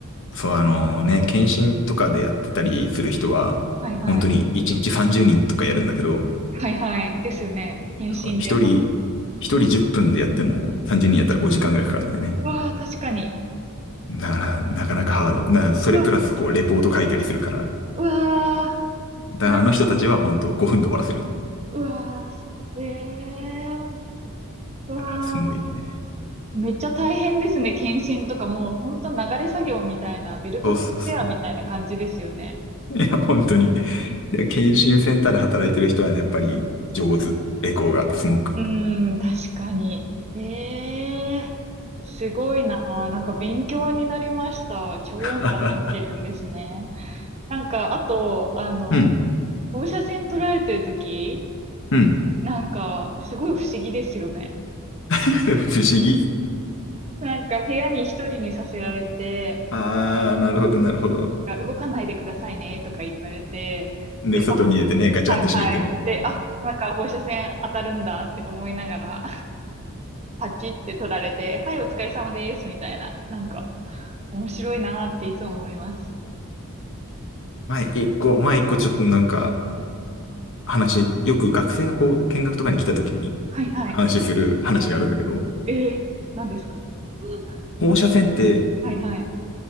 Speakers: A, on the left; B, on the right.
A: そう、あのね、検診とかでやってたりする人は、
B: はいはい。
A: 本当に1日30人とかやるんだけど、
B: はいはい。ですよね。検診で。
A: そ一人、
B: は
A: 一人10分でやっても30人やったら5時間ぐらいかかるんだよね。
B: うわー、確かに。
A: だから、なかなかハード。だから、それプラスこう、
B: うわ、
A: レポート書いたりするから。
B: うわ
A: だから、
B: ー、大、
A: あの人たちは本当5分で終わらせる。
B: うわー、そう。ええうわー。
A: だから、すごいね。
B: めっちゃ大変ですね。検診とかもうほんと流れ作業みたいな、ベルトコンベアみたいな感じですよね。
A: そうそうそう。いや、本当に。いや、検診センターで働いてる人はね、やっぱり上手。エコーがすごく。
B: うーん、確かに。ええすごいなあ。なんか勉強になりました。超音波見てるんですね。
A: <laughs> はは
B: なんか、あと、あの、
A: うん、
B: 放射線捉えてるとき、
A: うん。
B: なんか、すごい不思議ですよね。
A: <laughs> 不思議。
B: なんか、部屋に一人にさせられて、
A: ああ、なるほど、なるほど。
B: あ動かないでくださいね、とか言われて、
A: で、
B: で、
A: 外に出てね、
B: あ、
A: ガチャンって閉めてね。
B: はいはい。で、あ、今から放射線当たるんだって思いながら、パチって取られて、はい、お疲れ様です、みたいな。なんか、面白いなーっていつも思います。
A: 前一個、前一個ちょっとなんか話、よく学生がこう見学とかに来た時に
B: はいはい。
A: 話する話があるんだけど、
B: ええ何ですかうん
A: 放射線って
B: <laughs> はいはい。